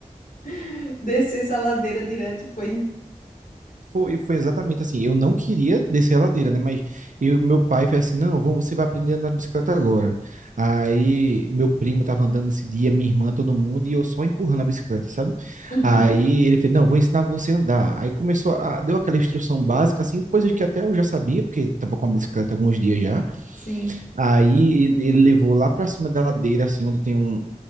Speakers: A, on the left; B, on the right.
A: <laughs> Descer essa ladeira direto foi. <laughs>
B: Foi, foi exatamente assim. Eu não queria descer a ladeira, né? Mas eu, meu pai foi assim: não, vamos, você vai aprender a andar de bicicleta agora. Aí meu primo estava andando esse dia, minha irmã, todo mundo, e eu só empurrando a bicicleta, sabe?
A: Uhum.
B: Aí ele fez: não, vou ensinar você a andar. Aí começou, a, deu aquela instrução básica, assim, coisas que até eu já sabia, porque estava com a bicicleta há alguns dias já.
A: Sim,
B: Aí ele, ele levou lá para cima da ladeira, assim, onde tem um,